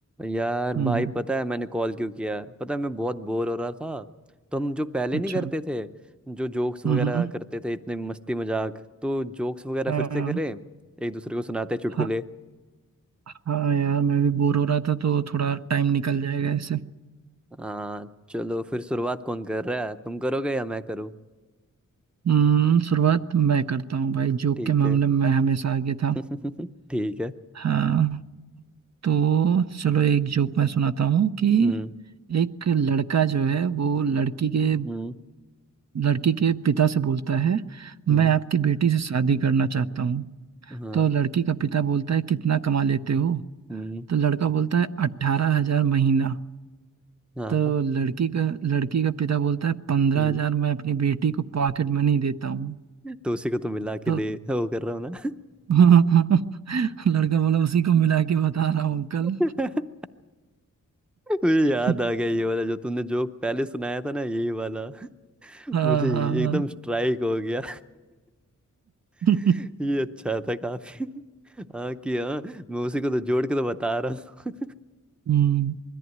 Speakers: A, in the centre; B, on the right.
A: यार
B: हम्म
A: भाई पता है मैंने कॉल क्यों किया पता है मैं बहुत बोर हो रहा था तो हम जो पहले
B: अच्छा
A: नहीं करते थे जो जोक्स वगैरह
B: हम्म
A: करते थे इतने मस्ती मजाक तो जोक्स वगैरह
B: हाँ
A: फिर से करें एक दूसरे को सुनाते हैं चुटकुले
B: हाँ हाँ यार मैं भी बोर हो रहा था तो थोड़ा टाइम निकल जाएगा इससे
A: हाँ चलो फिर शुरुआत कौन कर रहा है तुम करोगे या मैं करूँ
B: हम्म शुरुआत मैं करता हूँ भाई जोक
A: ठीक
B: के मामले
A: है
B: में मैं हमेशा आगे था
A: <laughs> ठीक है
B: हाँ तो चलो एक जोक मैं सुनाता हूँ कि
A: हम्म
B: एक लड़का जो है वो लड़की के
A: हम्म
B: लड़की के पिता से बोलता है मैं
A: हम्म
B: आपकी बेटी से शादी करना चाहता हूँ
A: हाँ
B: तो लड़की का पिता बोलता है कितना कमा लेते हो
A: हम्म
B: तो लड़का बोलता है अट्ठारह हजार महीना
A: हाँ
B: तो
A: हाँ,
B: लड़की का लड़की का पिता बोलता है पंद्रह
A: हम्म
B: हजार मैं अपनी बेटी को पॉकेट मनी देता हूँ
A: तो उसी को तो मिला के
B: तो
A: दे वो कर रहा हूँ
B: <laughs> लड़का बोला उसी को मिला के बता रहा हूँ अंकल
A: ना <laughs> मुझे याद
B: <laughs>
A: आ गया ये वाला जो तूने जोक पहले सुनाया था ना यही वाला <laughs>
B: हाँ
A: मुझे
B: हाँ
A: ये
B: हाँ
A: एकदम स्ट्राइक हो गया
B: <laughs>
A: <laughs> ये अच्छा था काफी <laughs> हाँ कि हाँ मैं उसी को तो जोड़ के तो बता रहा हूँ
B: हम्म,